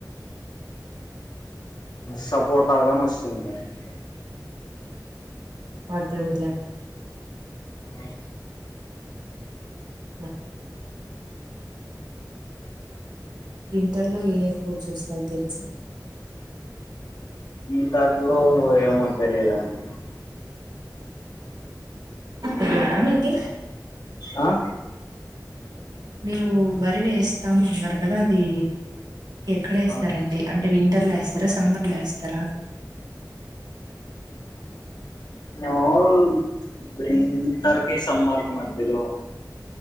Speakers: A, on the left (about 65°); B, on the right (about 70°).
A: సపోటా గాని వస్తుంటాయి అండి
B: వాటర్మీలోన్
A: ఆ
B: అఓ వింటర్లో ఏ ఫ్రూట్స్ వస్తాయో తెలుసా
A: వింటర్ లో ఏమో తిలియదు అండి
B: తెలీదా మీకి
A: ఆ
B: మీరు వరి వేస్తాము అన్నారు కదా అది ఎక్కడేస్తారండి
A: ఆ
B: అంటే వి వింటర్ లో వేస్తారా సమ్మర్ లో వేస్తారా
A: మామూలుగా వింటర్ కీ సమ్మర్కి మండ్డిలో